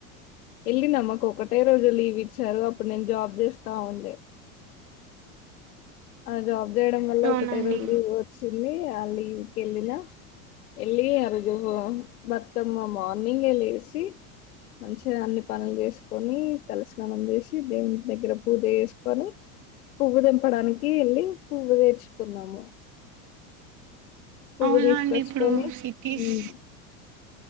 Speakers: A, on the left; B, on the right.
A: వెళ్ళిన మాకు ఒకటే రోజు లీవ్ ఇచ్చారు అప్పుడు నేను జాబ్ చేస్తా ఉండే ఆ జాబ్ చేయడం వల్ల
B: అవునండి
A: ఒకటే రోజు లీవ్ వచ్చింది ఆ లీవ్ వకెళ్ళిన వెళ్ళి ఆ రోజు బతుకమ్మ మార్నింగ్ ఎ లేసి మంచిగా అన్ని పనులు చేసుకొని తలస్నానం చేసి దేవుని దగ్గర పూజ చేసుకొని పువ్వు దింపడానికి వెళ్ళి పువ్వు తెచ్చు కున్నాము పువ్వు
B: అవునా
A: తీసుకొచ్చుకొని
B: అండి ఇప్పుడు సిటీస్
A: ఉమ్